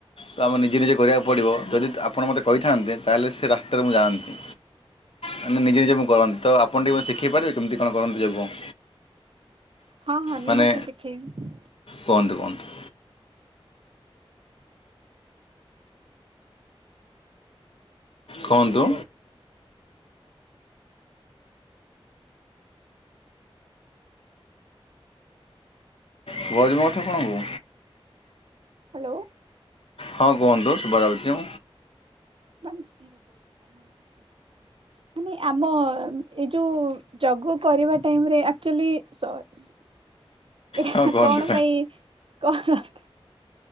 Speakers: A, on the left; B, on the right.
A: ତ ଆମେ ନିଜେ ନିଜେ କରିବାକୁ ପଡ଼ିବ ଯଦି ଆପଣ ମୋତେ କହିଥାନ୍ତେ ତା ହେଲେ ସେ ରାସ୍ତାରେ ମୁଁ ଯାଆନ୍ତି। ମାନ ନିଜେ ନିଜେ ମୁଁ କରନ୍ତି ତ ଆପଣ ଟିକେ ମୋତେ ଶିଖେଇ ପାରିବେ କେମିତି କଣ କରନ୍ତି ଯୋଗ?
B: ହଁ ହଁ ନିହାତି
A: ମାନେ
B: ଶିଖେଇବି।
A: କୁହନ୍ତୁ କୁହନ୍ତୁ। କୁହନ୍ତୁ? ସୁବା ଯାଉଚି ମୋ କଥା ଆପଣଙ୍କୁ?
B: ହ୍ୟାଲୋ
A: ହଁ କୁହନ୍ତୁ ଶୁଭା ଯାଉଛି
B: <inaudible> <inaudible> ମାନେ ଆମ ଏଇ ଯୋଉ ଯୋଗ କରିବା ଟାଇମରେ ଆକଚୁଆଲି ସର୍ ଏ
A: ହଁ କୁହନ୍ତୁ
B: କଣ ପାଇଁ କଣ <unintelligible>